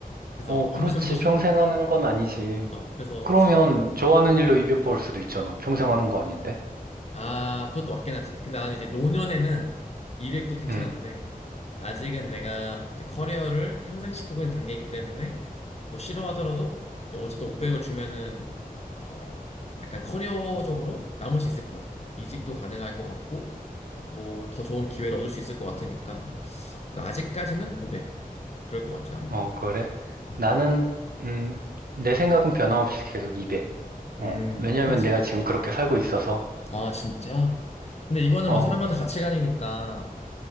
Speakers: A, on the left; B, on the right.
A: 그래서
B: 어, 그렇지.
A: 어느 정도 <laughs>
B: 평생 하는 건 아니지.
A: 어 그래서
B: 그러면 좋아하는
A: 음.
B: 일로 200 벌 수도 있잖아. 평생 하는 거 아닌데?
A: 아 그것도 맞긴 하지 근데 나는 이제 노년에는 200도 괜찮은데
B: 음.
A: 아직은 내가 이제 커리어를 향상시키고 있는 단계이기 때문에 뭐 싫어하더라도 이제 어쨌든 500을 주면은 어 약간 커리어적으로 남을 수 있을 것 같아 이직도 가능할 것 같고 뭐 더 좋은 기회를 얻을 수 있을 것 같으니까 그래서 아직까지는 500 그럴 것 같아 나는
B: 어, 그래?
A: 음,
B: 나는, 음, 내 생각은 변함없이 계속 200. 어,
A: 음,
B: 왜냐면
A: 그치.
B: 내가 지금 그렇게 살고 있어서.
A: 아, 진짜? 근데 이거는
B: 어,
A: 뭐 사람마다 가치관이니까